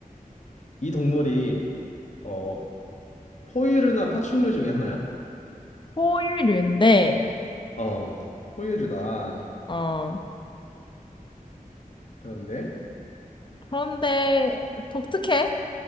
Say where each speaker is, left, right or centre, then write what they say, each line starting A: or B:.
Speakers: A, on the left; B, on the left.
A: 이 동물이 어, 포유류나 파충류 중에 하나야?
B: 포유류인데,
A: 어, 포유류다.
B: 어,
A: 그런데
B: 그런데 독특해.